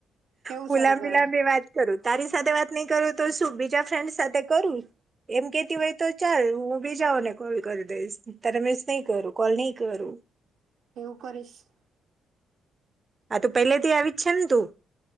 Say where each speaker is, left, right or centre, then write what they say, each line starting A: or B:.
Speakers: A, on the right; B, on the right.
A: કેવું
B: મુુ
A: સારું
B: લાબીલાબી
A: કેવાય
B: વાત કરું. તારી સાથે વાત નહી કરું તો શું બીજા ફ્રેન્ડ સાથે કરું એમ કેતી હોય તો ચાલ હું બીજાઓને કોલ કરી દઈશ તને મિસ નહી કરું કોલ નહી કરું
A: એવું કરીશ
B: આ તો પલેથી આવી છેલતુ